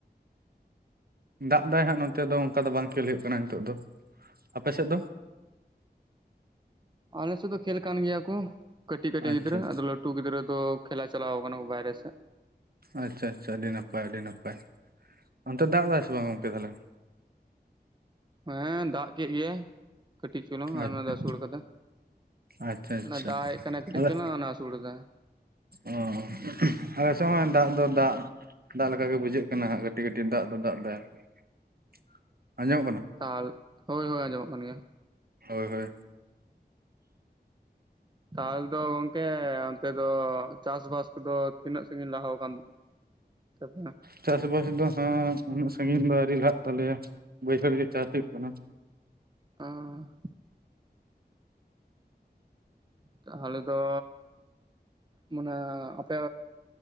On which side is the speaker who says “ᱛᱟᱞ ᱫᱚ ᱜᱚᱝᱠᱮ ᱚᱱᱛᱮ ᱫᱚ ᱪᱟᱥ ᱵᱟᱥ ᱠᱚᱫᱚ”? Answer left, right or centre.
Right